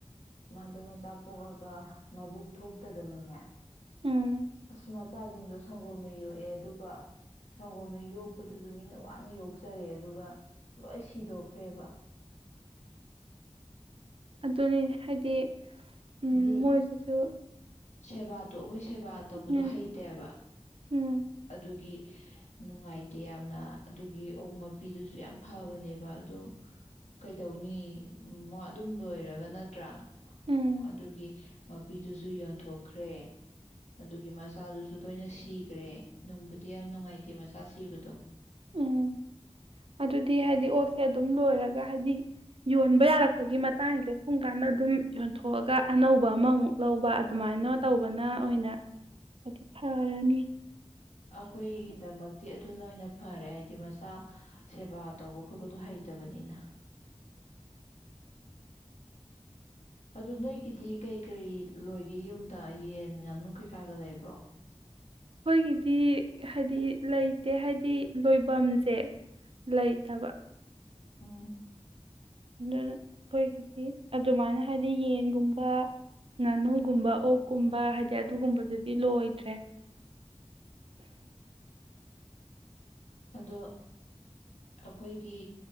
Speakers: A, on the left; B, on the right.
A: ꯃꯥꯗꯣ ꯃꯆꯥ ꯄꯣꯛꯑꯒ ꯃꯕꯨꯛ ꯊꯣꯛꯇꯗꯅꯅꯦ
B: ꯎꯝ
A: ꯑꯁ ꯃꯆꯥꯁꯤꯡꯗꯣ ꯁꯪꯒꯣꯝꯅ ꯌꯣꯛꯑꯦ ꯑꯗꯨꯒ ꯁꯪꯒꯣꯝꯅ ꯌꯣꯛꯄꯗꯨꯁꯨ ꯃꯤꯅ ꯋꯥꯅ ꯌꯣꯛꯆꯔꯦ ꯑꯗꯨꯒ ꯂꯣꯏ ꯁꯤꯗꯣꯛꯈ꯭ꯔꯦꯕ
B: ꯑꯗꯨꯅꯤ ꯍꯥꯏꯗꯤ ꯎꯝ
A: ꯍꯥꯏꯗꯤ
B: ꯃꯣꯏꯁꯤꯁꯨ
A: ꯁꯦꯕꯥꯗꯣ ꯑꯩꯈꯣꯏ ꯁꯦꯕꯥ ꯇꯧꯕꯗꯣ
B: ꯎꯝ
A: ꯍꯩꯇꯦꯕ
B: ꯎꯝ
A: ꯑꯗꯨꯒꯤ ꯅꯨꯡꯉꯥꯏꯇꯦ ꯌꯥꯝꯅ ꯑꯗꯨꯒꯤ ꯑꯣꯛ ꯃꯄꯤꯗꯨꯁꯨ ꯌꯥꯝ ꯐꯕꯅꯦꯕ ꯑꯗꯣ ꯀꯩꯗꯧꯅꯤ ꯃ ꯑꯗꯨꯝ ꯂꯣꯏꯔꯒ ꯅꯠꯇ꯭ꯔꯥ
B: ꯎꯝ
A: ꯑꯗꯨꯒꯤ ꯃꯄꯤꯗꯨꯁꯨ ꯌꯣꯟꯊꯣꯛꯈ꯭ꯔꯦ ꯑꯗꯨꯒꯤ ꯃꯆꯥꯗꯨꯁꯨ ꯂꯣꯏꯅ ꯁꯤꯈ꯭ꯔꯦ ꯅꯨꯡꯕꯨꯗꯤ ꯌꯥꯝ ꯅꯨꯡꯉꯥꯏꯇꯦ ꯃꯆꯥ ꯁꯤꯕꯗꯣ
B: ꯎꯝ ꯑꯗꯨꯗꯤ ꯍꯥꯏꯗꯤ ꯑꯣꯛꯁꯦ ꯑꯗꯨꯝ ꯂꯣꯏꯔꯒ ꯍꯥꯏꯗꯤ ꯌꯣꯟꯕ ꯌꯥꯔꯛꯄꯒꯤ ꯃꯇꯥꯡꯁꯦ ꯁꯨꯝ ꯀꯥꯟꯗ ꯑꯗꯨꯝ ꯌꯣꯟꯊꯣꯛꯑꯒ ꯑꯅꯧꯕ ꯑꯃꯃꯨꯛ ꯂꯧꯕ ꯑꯗꯨꯃꯥꯏꯅ ꯇꯧꯕꯅ ꯑꯣꯏꯅ ꯍꯥꯏꯗꯤ ꯐꯔꯅꯤ
A: ꯑꯩꯈꯣꯏꯒꯤꯗꯃꯛꯇꯤ ꯑꯗꯨꯅ ꯑꯣꯏꯅ ꯐꯔꯦ ꯍꯥꯏꯗꯤ ꯃꯁ ꯁꯦꯕꯥ ꯇꯧꯕ ꯈꯣꯠꯄꯗꯣ ꯍꯩꯇꯕꯅꯤꯅ <inaudible> ꯑꯗꯨ ꯅꯣꯏꯒꯤꯗꯤ ꯀꯩ ꯀꯔꯤ ꯂꯣꯏꯒꯦ ꯌꯨꯝꯗ ꯌꯦꯟ ꯉꯥꯅꯨ ꯀꯩꯀꯥꯒ ꯂꯩꯕ꯭ꯔꯣ
B: ꯑꯩꯈꯣꯏꯒꯤꯗꯤ ꯍꯥꯏꯗꯤ ꯂꯩꯇꯦ ꯍꯥꯏꯕꯗꯤ ꯂꯣꯏꯐꯝꯁꯦ ꯂꯩꯇꯕ
A: ꯎꯝ
B: ꯑꯗꯨꯅ ꯑꯩꯈꯣꯏꯒꯤꯗꯤ ꯑꯗꯨꯃꯥꯏꯅ ꯍꯥꯏꯗꯤ ꯌꯦꯟꯒꯨꯝꯕ ꯉꯥꯅꯨꯒꯨꯝꯕ ꯑꯣꯛꯀꯨꯝꯕ ꯍꯥꯏꯗꯤ ꯑꯗꯨꯒꯨꯝꯕꯗꯗꯤ ꯂꯣꯏꯗ꯭ꯔꯦ
A: ꯑꯗꯣ ꯑꯩꯈꯣꯏꯒꯤ